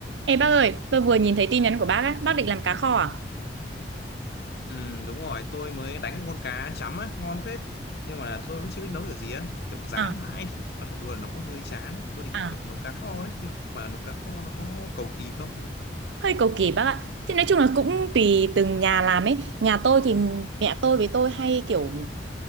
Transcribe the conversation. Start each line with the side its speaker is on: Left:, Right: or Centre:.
Right: Ê bác ơi, tôi vừa nhìn thấy tin nhắn của bác á, bác định làm cá kho à?
Left: Ừ, đúng rồi, tôi mới đánh con cá chấm á, ngon phết. Nhưng mà tôi cũng chưa biết nấu kiểu gì á. Kiểu rán
Right: à
Left: mãi thì nó thật luôn, nó cũng hơi chán á. Tôi định
Right: à
Left: kiểu nấu cá kho đấy, nhưng mà nấu cá kho nó có cầu kỳ không?
Right: Hơi cầu kỳ bác ạ. Thì nói chung là cũng tùy từng nhà làm ấy. Nhà tôi thì mẹ tôi với tôi hay kiểu